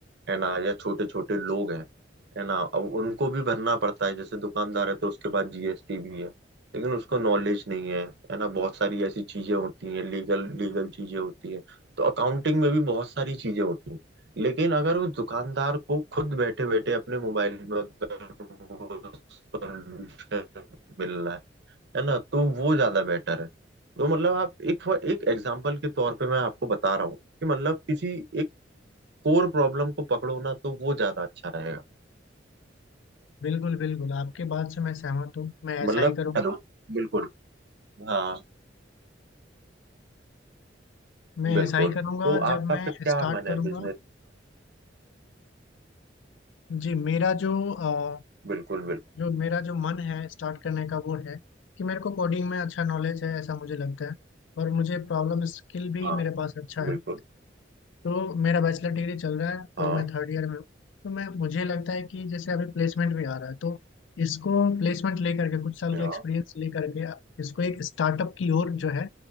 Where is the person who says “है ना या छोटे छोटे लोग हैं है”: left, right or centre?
Right